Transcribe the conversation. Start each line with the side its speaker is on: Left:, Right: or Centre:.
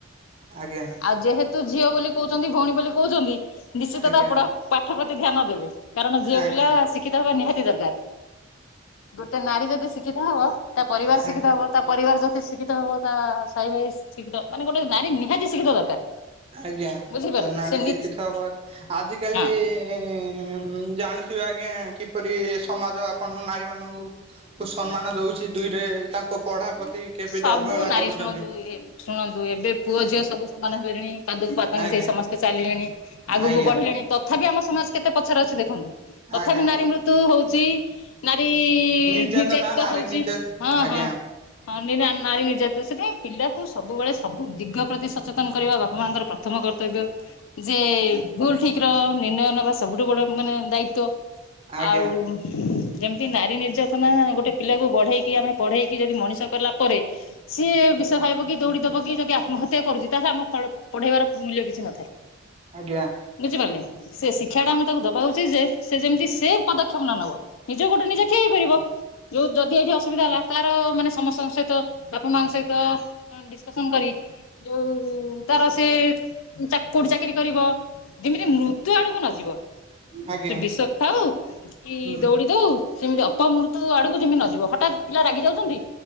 Right: ଆଜ୍ଞା
Left: ଆଉ ଯେହେତୁ ଝିଅ ବୋଲି। କହୁଛନ୍ତି ଭଉଣୀ ବୋଲି କହୁଛନ୍ତି ନିଶ୍ଚିତ
Right: ଆଜ୍ଞା
Left: ପାପଡ ପାଠ ପ୍ରତି ଧ୍ୟାନ ଦେବେ କାରଣ
Right: ଆଜ୍ଞା
Left: ଝିଅ ପିଲା। ଶିକ୍ଷିତ ହବା ନିହାତି ଦରକାର ଗୋଟେ ନାରୀ ଯଦି ଶିକ୍ଷିତ ହବ ତା ପରିବାର
Right: ଆଜ୍ଞା
Left: ଶିକ୍ଷିତ ହବ ତା। ପରିବାର ଯଦି ଶିକ୍ଷିତ ହବ ତା ସାଇ ଭାଇ ଶିକ୍ଷିତ ମାନେ ଗୋଟେ ନାରୀ ନିହାତି ଶିକ୍ଷିତ ଦରକାର।
Right: ଆଜ୍ଞା
Left: ବୁଝିପାରିଲେ
Right: ତ ନାରୀ
Left: ସେ
Right: ଶିକ୍ଷିତ ହବା ଆଜିକାଲି
Left: ହଁ
Right: ଉ ଜାଣୁଥିବେ ଆଜ୍ଞା କିପରି ସମାଜ ଆପଣ ନାରୀ ମାନଙ୍କୁ। କୁ ସମ୍ମାନ ଦଉଛି ଦୁଇରେ ତାଙ୍କ ପଢା ପ୍ରତି। କେମିତି
Left: ସବୁ
Right: ଅବହେଳା
Left: ନାରୀ
Right: କରୁଛନ୍ତି।
Left: ଶୁଣନ୍ତୁ ଶୁଣନ୍ତୁ ଏବେ ପୁଅ ଝିଅ ସବୁ ସମାନ ହେଲେଣି। ପାଦୁ ପାଦ ମିସେଇ
Right: ଆଜ୍ଞା
Left: ସମସ୍ତେ ଚାଲିଲେଣି ଆଗକୁ
Right: ଆଜ୍ଞା
Left: ବଢିଲେଣି ତଥାପି ଆମ ସମାଜ କେତେ ପଛରେ ଅଛି ଦେଖନ୍ତୁ। ତଥାପି
Right: ଆଜ୍ଞା
Left: ନାରୀ ମୃତ୍ୟୁ ହଉଛି ନାରୀ
Right: ନିର୍ଯାତନା
Left: ନିର୍ଯତିତ
Right: ନାରୀ
Left: ହଉଛି
Right: ନିର୍ଯା
Left: ହଁ
Right: ଆଜ୍ଞା
Left: ହଁ। ହଁ ନି ନା ନାରୀ ନିର୍ଜତି ସେଥିାଇଁ ପିଲାକୁ ସବୁବେଳେ ସବୁ ଦିଗ ପ୍ରତି ସଚେତନ କରିବା ବାପା ମାଙ୍କର ପ୍ରଥମ କର୍ତ୍ତବ୍ୟ।
Right: ହ <inaudible>
Left: ଯେ ଭୁଲ ଠିକ ର ନିର୍ଣ୍ଣୟ ନବା ସବୁଠୁ ବଡ ମାନେ ଦାୟିତ୍ଵଆଉ।
Right: ଆଜ୍ଞା
Left: ଯେମିତି ନାରୀ ନିର୍ଯାତନା ଗୋଟେ ପିଲାକୁ ବଢେଇକି ଆମେ ପଢେଇକି ଯଦି ମଣିଷ କଲା ପରେ। ସିଏ ବିଷ ଖାଇବ କି ଦୌଡି ଦବ କି ଯଦି ଆତ୍ମହତ୍ୟା କରୁଛି ତାହେଲେ ଆମ ପ୍ ପଢେଇବାର ମୂଲ୍ୟ କିଛି ନଥାଏ।
Right: ଆଜ୍ଞା
Left: ବୁଝିପାରିଲି ସେ ଶିକ୍ଷା ଟା ଆମେ ତାକୁ ଦବା ଉଚିତ ଯେ ସେ ଯେମିତି ସେ ପଦକ୍ଷେପ ନ ନେବ ନିଜ ଗୋଡ ରେ ନିଜେ। ଖେଇପାରିବ ଯଉ ଯଦି ଏଇଠି ଅସୁବିଧା ହେଲା ତାର ମାନେ ସମସ ସହିତ ବାପା ମାଙ୍କ ସହିତ ଡିସିକସନ କରି ଯୋଉ ତାର ସେ। ଚା କୋଉଠି ଚାକିରି କରିବ ଯେମିତି ମୃତ୍ୟୁ ଆଡକୁ ନଯିବ।
Right: ଆଜ୍ଞା
Left: ସେ ବିଷ ଖାଉ କି
Right: ହୁଁ
Left: ଦଉଡ଼ି ଦଉ। ସେମିତି ଅପମୃତ୍ୟୁ ଆଡକୁ ଯେମିତି ନ ଯିବ ହଠାତ୍ ପିଲା ରାଗି ଯାଉଛନ୍ତି।